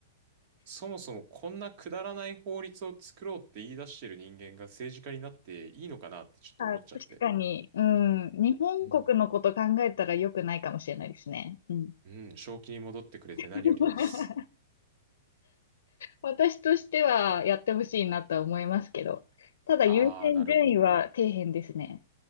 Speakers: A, on the right (about 40°); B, on the left (about 75°).
A: そもそもこんなくだらない法律を作ろうって言い出してる人間が政治家になっていいのかなってちょっと思っちゃって。
B: あ、確かに、うん。日本国のこと考えたら良くないかもしれないですね。
A: うん。
B: うん。
A: うん、正気に戻ってくれて何よりです。
B: <laughs> 私としてはやってほしいなとは思いますけど、ただ優先順位は底辺ですね。
A: あー、なるほど。